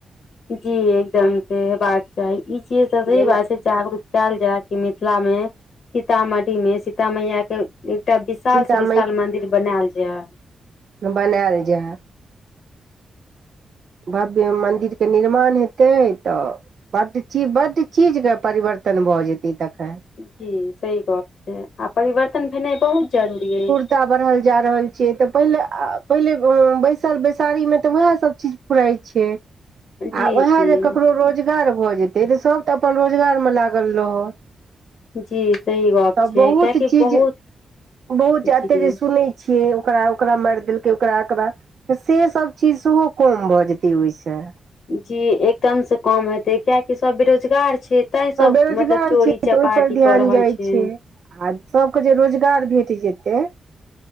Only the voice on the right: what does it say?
जेना
सीता
बनाएल जाय। भव्य मन्दिरके निर्माण हेतै तऽ बड ची, बड चीज के परिवर्तन भ जेतै तखन।
ता बढ़ल जा रहल छियै तऽ पहिले आ पहिले अ बैसल बैसारी मे तऽ उहाए सब चीज फुरै छै
आ उहाए
जे ककरो रोज गार भऽ जेतै तऽ सब तऽ अपन रोजगार मे लागल रहत।
तऽ
बहुत
चीज,
बहुत
जे एते जे सुनै छिये ओकरा आय ओकरा माएर देलकै, ओकरा-ऐकरा से सब चीज सुहो कम भ जेतै ओय से।
बेरोजगार
छै
तऽ ओहिपर
ध्यान
जाइ
आ सबके जे रोजगार भेट जेतै